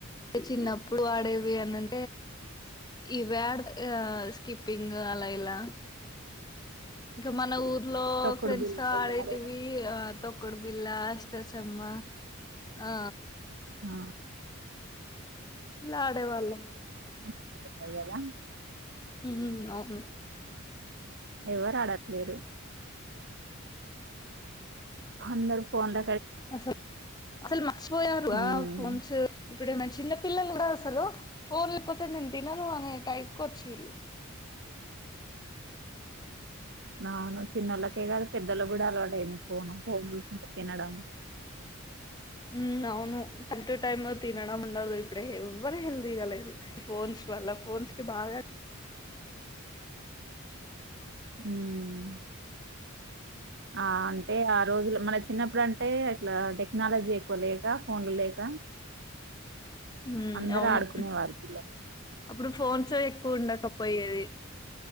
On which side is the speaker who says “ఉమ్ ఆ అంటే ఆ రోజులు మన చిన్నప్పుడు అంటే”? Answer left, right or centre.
Right